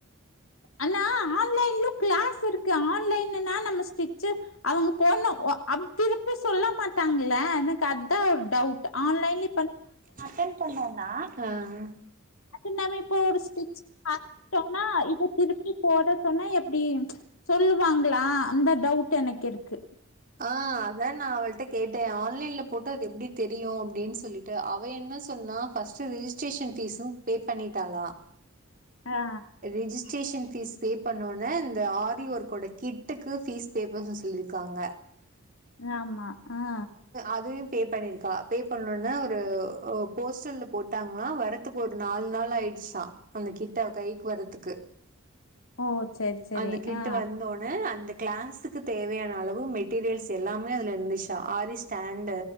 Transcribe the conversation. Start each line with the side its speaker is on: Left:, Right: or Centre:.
Left: ஆனா ஆன்லைன்லும் கிளாஸ் இருக்கு ஆன்லைனா நம்ம ஸ்டிச்ச அவங்க போன திருப்பி சொல்ல மாட்டாங்கள எனக்கு அதான் ஒரு டவுட் ஆன்லைல
Right: அட்டென் பண்னணா ம் ம்
Left: அது நாம இப்ப ஒரு ஸ்ட்ச் பாத்தோம் இப் திருப்பி போட சொன்னா எப்டி சொல்லுவாங்களா அந்த டவுட் எனக்கு இருக்கு
Right: ஆஹ அதான் நான் அவளிட்ட கேட்டேன் ஆன்லைன்ல போட்டு அது எப்படி தெரியும் அப்படின்னு சொல்லிட்டு அவன் என்ன சொன்னா பஸ்ட்டு ரிஜிஸ்டரேஷன் பிஸ்சும் பே பண்ணிட்டாளா
Left: ஆ
Right: ரிஜிஸ்ட்ரேஷன் பீஸ் பே பண்ணோனா இந்த ஆரிஒர்க்குடே கிட்டுக்கு பீஸ் பே பண்ண சொல்லியிருக்காங்க
Left: ஆமா ஆஹ
Right: அதுவு பே பண்ணிருக்கா பே பண்ணுனோனா ஒரு போஸ்டர்ல போட்டாங்களா வரறதுக்கு ஒரு நாலு நாள் ஆயிடுச்சான் அந்த கிட்ட அவ கைக்கு வரதுக்கு
Left: ஓ செரி செரி
Right: அந்த கிட்டு
Left: ஆ
Right: வந்தோனே அந்த கிளாஸ்க்குத் தேவையான அளவு மெட் மெட்ரியல்ஸ் எல்லாமே அதுல இருந்துச்சா ஆரிஸ்டாண்டு